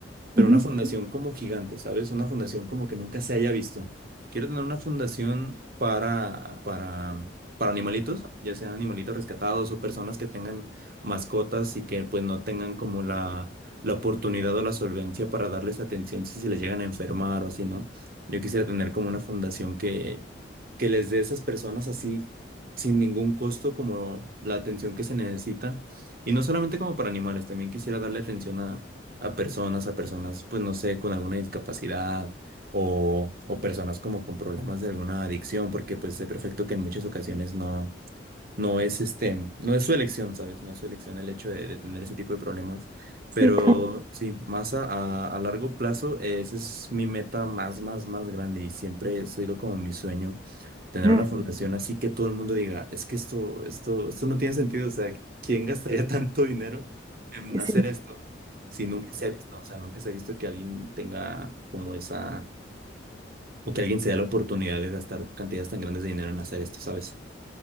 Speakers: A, on the right; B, on the right.
A: pero
B: Ujú.
A: una fundación como gigante, ¿sabes? Una fundación como que nunca se haya visto. Quiero tener una fundación para, para, para animalitos, ya sean animalitos rescatados o personas que tengan mascotas y que pues no tengan como la, la oportunidad o la solvencia para darles atención si se les llegan a enfermar o así, ¿no? Yo quisiera tener como una fundación que, que les dé a esas personas así sin ningún costo como la atención que se necesita. Y no solamente como para animales, también quisiera darle atención a a personas, a personas, pues no sé, con alguna discapacidad o, o personas como con problemas de alguna adicción, porque pues sé perfecto que en muchas ocasiones no. No es este, no es su elección, ¿sabes? No es su elección el hecho de, de tener ese tipo de problemas. Pero
B: Sí, claro.
A: sí, más a, a- a largo plazo, eh, esa es mi meta más, más, más grande y siempre ha sido como mi sueño, tener
B: Mm,
A: una fundación así que todo el mundo diga, es que esto, esto, esto no tiene sentido, o sea, ¿quién gastaría <laughs> tanto dinero en
B: Sí,
A: hacer
B: sí.
A: esto si nunca se ha visto? O sea, nunca se ha visto que alguien tenga como esa, o que alguien se dé la oportunidad de gastar cantidades tan grandes de dinero en hacer esto, ¿sabes?